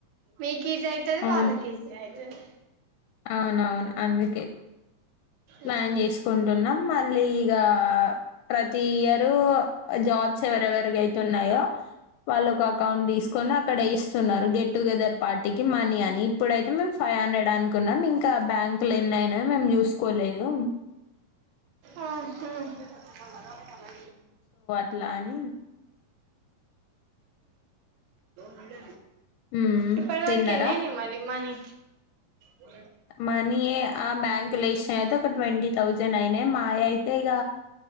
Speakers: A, on the right (about 80°); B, on the left (about 80°).
A: మీకు కేజీ అవుతుది
B: అవును
A: వాాల కేజీ అవుతుది
B: అవునవును అందుకే ప్లాన్
A: ఉమ్
B: చేసుకుంటున్నాం మళ్ళీ ఇగ ప్రతి ఇయరు జాబ్స్ ఎవరెవరి అయితున్నాయో వాళ్ళు ఒక అకౌంట్ తీసుకొని అక్కడ ఇస్తే ఉన్నారు గెట్ టుగెదర్ పార్టీకి మనీ అని ఇప్పుడైతే మే ఫైవ్ హండ్రెడ్ అనుకున్నాం ఇ బ్యాంక్ లు ఎన్నయినా మేము చూస్తా కోలేదు
A: ఆ హమ్ ాల మలా
B: పలాని
A: మడి
B: హ్మ్.
A: ఇప్పటి
B: తిన్నారా?
A: వరకు ఎన్ని అయినాయి మరి మనీ పో
B: మనీ ఆ బ్యాంకు లోసిన అయితే ఒక ట్వంటీ థౌజండ్ అయినాయి మాయ అయితే ఇక